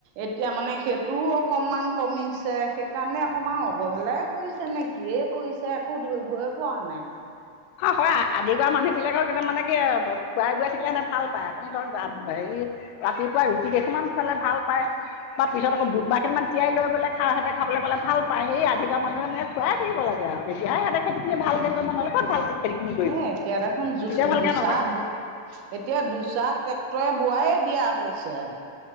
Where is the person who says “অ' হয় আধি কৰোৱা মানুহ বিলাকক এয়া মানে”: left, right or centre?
Left